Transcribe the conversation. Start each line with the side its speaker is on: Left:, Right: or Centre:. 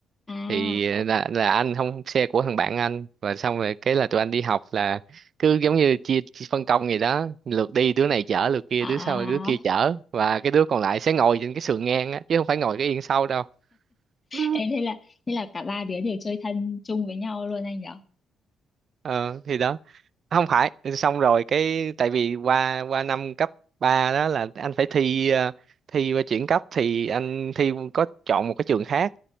Left: à
Right: thì là là anh không xe của thằng bạn anh và xong rồi cái là tụi anh đi học là cứ giống như chia, chia phân công gì đó lượt đi đứa này chở lượt kia
Left: à
Right: đứa sau đứa kia chở và cái đứa còn lại sẽ ngồi trên cái sườn ngang á chứ không phải ngồi cái yên sau đâu Ừ.
Left: Ê, thế là thế là cả ba đứa đều chơi thân chung với nhau luôn anh nhỉ
Right: ờ thì đó không phải xong rồi cái tại vì qua qua năm cấp 3 đó là anh phải thi ờ, thi qua chuyển cấp thì anh thi có chọn một cái trường khác